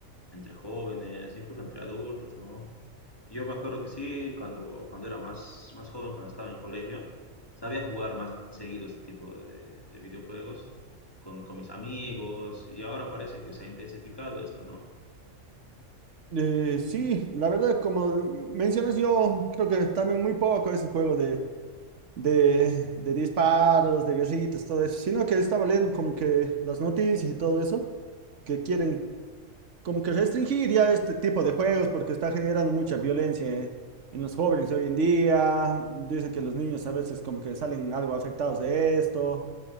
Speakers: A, on the left; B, on the right.
A: entre jóvenes, incluso entre adultos, ¿no? Yo me acuerdo que sí, cuando, cuando era más, más joven, cuando estaba en colegio, sabía jugar más seguido este tipo de, de videojuegos con, con mis amigos y ahora parece que se ha intensificado esto, ¿no?
B: Eh, sí, la verdad, como mencionas, yo creo que también muy poco ese juego de, de, de disparos, de guerritas, todo eso, sino que estaba leyendo como que las noticias y todo eso, que quieren como que restringir ya este tipo de juegos porque está generando mucha violencia eh, en los jóvenes de hoy en día. Dicen que los niños a veces como que salen algo afectados de esto,